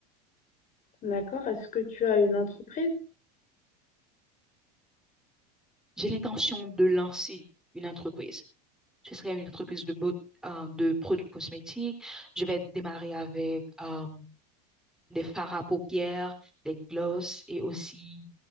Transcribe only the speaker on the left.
D'accord? Est-ce que tu as une entreprise?